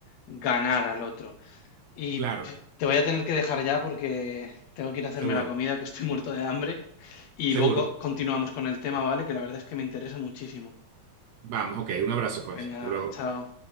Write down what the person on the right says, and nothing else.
Claro,
seguro,
seguro.
Vamos, ok, un abrazo pues,
hasta luego.